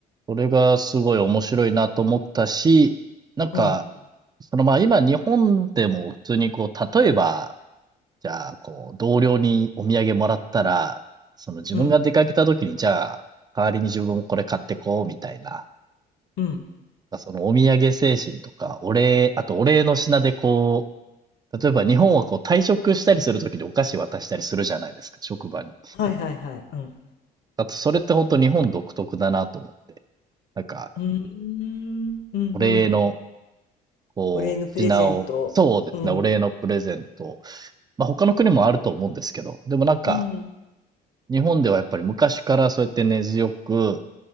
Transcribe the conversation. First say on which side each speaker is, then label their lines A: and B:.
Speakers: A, on the right (about 25°); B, on the left (about 75°).
A: それがすごい面白いなと思ったし、なんか、
B: うん
A: その、ま、今日本でも普通にこう、例えば、じゃあ、こう、同僚にお土産もらったら、その自分が出かけた時に、
B: うん
A: じゃあ、代わりに自分もこれ買ってこうみたいな、な
B: うん
A: んかそのお土産精神とか、お礼あとお礼の品でこう例えば日本はこう退職したりするときにお菓子渡したりするじゃないですか、職場に。
B: はいはいはいうん
A: あと、それって本当日本独特だなと思って。なんか、
B: うーんうんうん
A: お礼の、こう、
B: お礼のプレゼントうん
A: 品を、そうですね、お礼のプレゼント。まあ他の国もあると思うんですけど、でもなんか、
B: うん
A: 日本ではやっぱり昔からそうやって根強く、